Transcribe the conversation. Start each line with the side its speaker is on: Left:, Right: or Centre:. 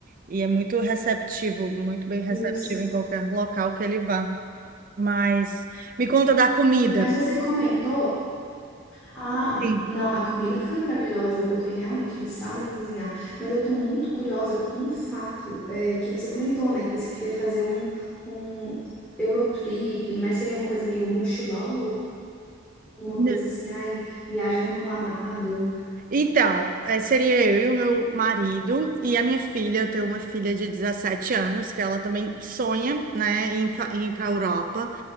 Right: e é muito receptivo, muito bem receptivo
Centre: Isso.
Right: em qualquer local que ele vá. Mas me conta da comida.
Centre: Mas você comentou. Ah,
Right: Sim.
Centre: não, a comida foi maravilhosa, porque realmente eles sabem cozinhar. Mas eu tô muito curiosa com um fato, é, que você comentou, né? Que você queria fazer um, um Eurotrip, mas seria uma coisa meio mochilão, ou uma coisa
Right: Não.
Centre: assim, ai, viagem com o amado.
Right: Então, eh, seria eu e o meu marido e a minha filha. Eu tenho uma filha de 17 anos que ela também sonha, né, em fa- em ir para a Europa,